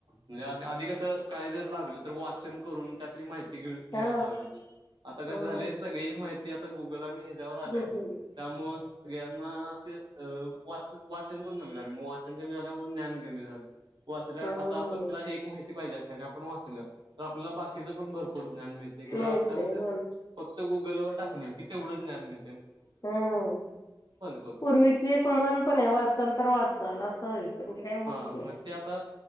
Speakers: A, on the right (about 70°); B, on the left (about 45°).
A: म्हणजे आधी कसं काय जर लागलं तर वाचन करून त्यातली माहिती यता
B: हा
A: क
B: हम्म
A: झा सग माहि गलांनी जवर आल्याय
B: गुगलच
A: त्यामुळे सगळ्यांना असे वाच वाचन पण कमी झाले म वाचन कमी झाल्यामुळेणून ज्ञान कमी झालं वाचल्या
B: हम्म
A: आता आपल्याला एक माहिती पाहिजे असल्याने आपण वाचलं आपला बाकीचं पण भरपूर ज्ञान मिळते खरं
B: मिळतय
A: आता कसं
B: पण
A: गुगलवर टाकल की तेवढच ज्ञान मि
B: हम
A: करतोय.
B: पूर्वीची एक मन पण आहे वाचाल तर वाचाल असं पण ते काही होतच
A: हा मग
B: नाही
A: ते आता